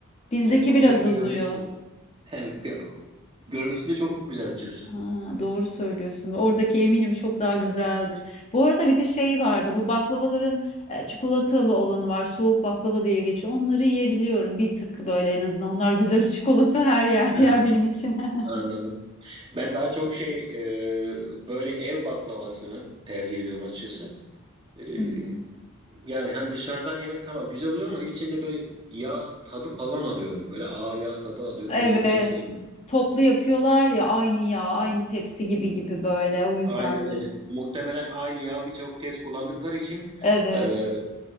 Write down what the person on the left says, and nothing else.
bizdeki
biraz
uzuyor.
Ha, doğru söylüyorsun. Ve Oradaki eminim çok daha güzeldir. Bu arada bir de şey vardı. Bu baklavaların e, çikolatalı olanı var. Soğuk baklava diye geçiyor. Onları yiyebiliyorum. Bir tık böyle en azından. Onlar güzel. <laughs> Çikolata her yerde
ya benim için.
<laughs>
Hı hı.
Evet.
Toplu yapıyorlar ya aynı yağ, aynı tepsi gibi gibi böyle. O yüzdendir.
Evet.